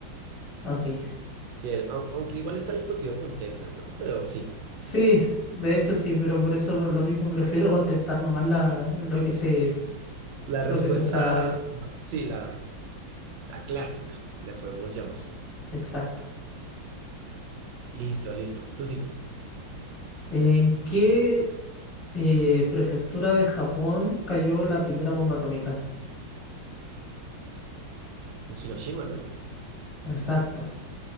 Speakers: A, on the left (about 20°); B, on the right (about 75°).
A: Ok.
B: sí, el- au- aunque igual está discutido con Tesla, ¿no? Pero sí,
A: Sí, de hecho sí, pero por eso por lo mismo prefiero <laughs> contestar nomás la, lo que se,
B: la
A: lo
B: respuesta,
A: que se sabe.
B: ajá, sí, la, la clásica, le podemos llamar.
A: Exacto.
B: Listo, listo, tú sigues.
A: ¿En qué eh, prefectura de Japón cayó la primera bomba atómica?
B: En Hiroshima, ¿no?
A: Exacto.